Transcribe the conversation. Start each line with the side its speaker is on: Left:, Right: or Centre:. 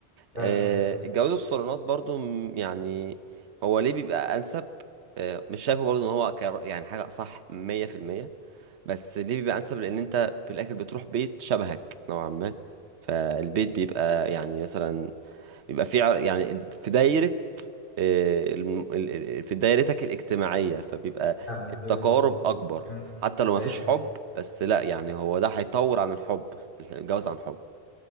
Left: فعلا
Right: آه، الجواز الصالونات برضو م- يعني هو ليه بيبقى انسب آه، مش شايفه برضو ان هو كر- يعني حاجه صح 100% بس ليه بيبقى انسب لان انت في الاخر بتروح بيت شبهك نوعا ما فالبيت بيبقى يعني مثلا بيبقى في ع- يعني في دايره آه، الم- ال- ال- في دايرتك الاجتماعيه فبيبقى
Left: فاهمك
Right: التقارب
Left: يعني
Right: اكبر
Left: مم.
Right: حتى لو ما
Left: أيوه
Right: فيش حب بس لا يعني هو ده هيطول عن الحب الجواز عن حب